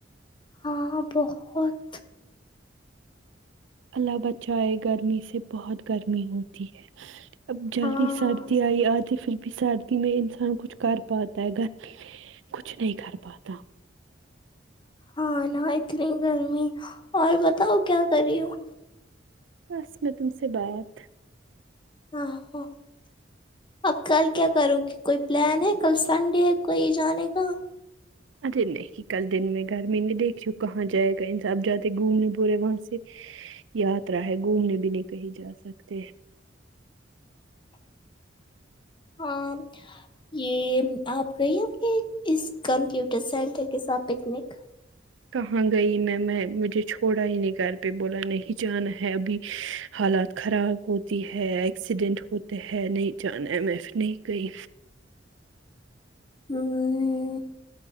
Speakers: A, on the left (about 25°); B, on the right (about 80°).
A: ہاں ہاں بہت
B: اللہ بچائے گرمی سے بہت گرمی ہوتی ہے اب جلدی
A: ہاں
B: سردی آئی آتی پھر بھی سردی میں انسان کچھ کر پاتا ہےگرمی مے کچھ نہیں کر پاتا
A: ہاں نا اتنی گرمی اور بتاؤ کیا کررہی ہوں
B: بس میں تم سے بات
A: ہاں ہاں اب کل کیا کرو کہ کوئی پلان ہے کل سنڈے ہے کوئی جانے کا
B: ارے نہیں کل دن میں گرمی نہیں دیکھ کہاں جائے گا انسان جاتے گھومنے پورے وہاں سے یاترا ہے گھومنے بھی نہیں کہیں جا سکتے
A: ہاں یہ آپ گئی اپنے اس کمپیوٹر سینٹر کے ساتھ پکنک
B: کہاں گئی میں میں مجھے چھوڑا ہی نہیں گھر پہ بولا نہیں جانا ہے ابھی حالات خراب ہوتی ہے ایکسیڈیننٹ ہوتے ہے نہیں جا نا ایم ایف نہیں گئی
A: امم